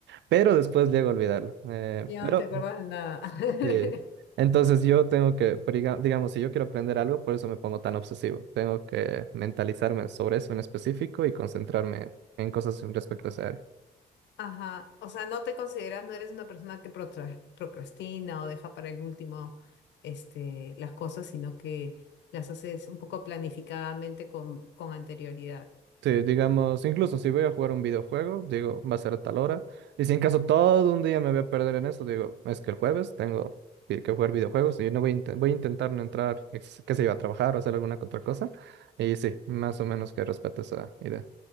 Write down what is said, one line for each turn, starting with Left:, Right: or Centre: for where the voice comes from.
Right: pero después llego a olvidarlo. Eh,
Left: ya
Right: pero
Left: no te acuerdas de nada. <laughs>
Right: Sí. Entonces yo tengo que, briga- digamos, si yo quiero aprender algo, por eso me pongo tan obsesivo. Tengo que mentalizarme sobre eso en específico y concentrarme en cosas respecto a esa área.
Left: Ajá, o sea, no te consideras, no eres una persona que protra- procrastina o deja para el último, este, las cosas, sino que las haces un poco planificadamente con, con anterioridad.
Right: Sí, digamos, incluso si voy a jugar un videojuego, digo, va a ser a tal hora. Y si en caso todo un día me voy a perder en eso, digo, es que el jueves tengo que que jugar videojuegos y no voy a, inte- voy a intentar no entrar, ex- qué sé yo, a trabajar o hacer alguna que otra cosa. Y sí, más o menos que respeto esa idea.